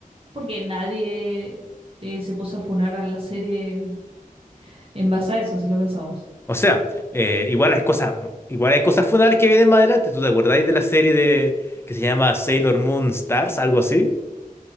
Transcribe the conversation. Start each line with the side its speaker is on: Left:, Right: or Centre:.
Right: Porque nadie eh, se puso a funar a la serie en base a eso, si lo pensamos.
Left: O sea, eh, igual hay cosas, igual hay cosas fundables que vienen más adelante. ¿Tú te acordáis de la serie de que se llama Sailor Moon Stars, algo así?